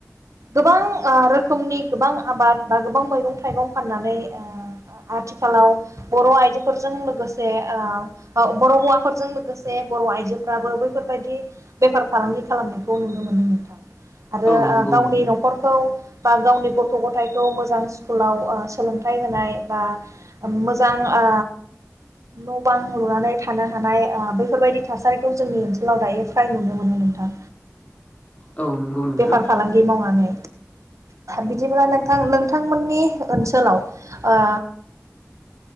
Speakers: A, on the right; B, on the left.
A: गोबां ओ रोखोमनि गोबां आबाद बा गोबां मैगं थाइगं फाननानै ओ आथिखालाव बर आइजोफोरजों लोगोसे ओ बर' हौवाफोरजों लोगोसे बर' आइजोफ्राबो बैफोरबायदि बेफार फालांगि खालामनायखौ नुनो मोनदों नोंथां आरो
B: औ
A: ओ
B: नंगौ
A: गावनि
B: नोंथां
A: नखरखौ बा गावनि गथ' गथाय खौ मोजां स्कुलाव ओ सोलोंथाइ होनाय बा मोजां ओ नबां लुनानै थानो हानाय ओ बेैफोरबायदि थासारिखौ जोंनि ओनसोलाव दायो फ्राय नुनो मोनो नोंथां
B: औ नंगौ नोंथां
A: बेफार फालांगि मावनानै बिदिब्लालाय थां नोंथांमोननि ओनसोलाव ओ